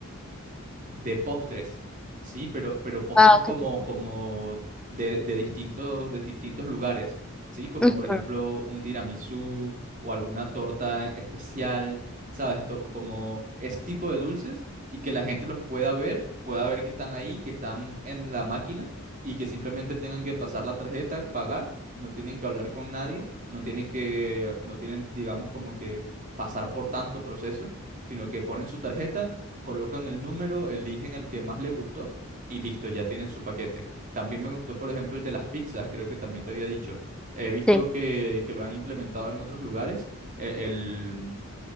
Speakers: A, on the right; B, in the centre.
A: de postres, ¿sí? Pero, pero postres
B: Wow,
A: como,
B: qué rico.
A: como de, de distintos, de distintos lugares, ¿sí? Como
B: Mm,
A: por ejemplo un tiramisú o alguna torta especial, ¿sabes? To- como ese tipo de dulces y que la gente los pueda ver, pueda ver que están ahí, que están en la máquina y que simplemente tengan que pasar la tarjeta, pagar, no tienen que hablar con nadie. No tienen que, no tienen, digamos, como que pasar por tanto proceso, sino que ponen su tarjeta, colocan el número, eligen el que más les gustó y listo, ya tienen su paquete. También me gustó, por ejemplo, el de las pizzas, creo que también te había dicho. He visto
B: Sí.
A: que, que lo han implementado en otros lugares. eh, El,